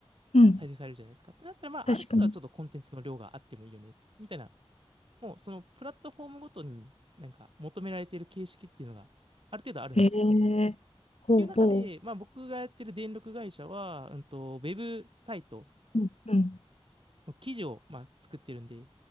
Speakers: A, on the left; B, on the right.
A: うん
B: 再生されるじゃないですか。ってなったら、まあ、
A: 確かに。
B: ある程度はちょっとコンテンツの量があってもいいよね、みたいな、もうそのプラットフォームごとになんか求められている形式っていうのがある程度あるんですよ。
A: へえ、
B: っていう中で、
A: ほうほ
B: まあ、僕がやってる電力会社は、うんと、ウェブサイト
A: う。うんうん。
B: の記事をまあ作ってるんで、